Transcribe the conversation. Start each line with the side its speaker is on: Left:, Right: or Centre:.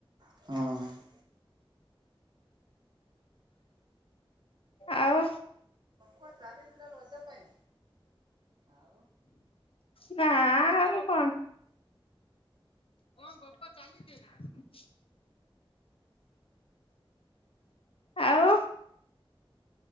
Right: ହଁ।
Left: ଆଉ?
Right: କଣ ଚାଲିଥିଲା ରଜ ପାଇଁ?
Left: ନା ଆଉ କଣ କଣ ଗପ ଚାଲିଥିଲା? ଆଉ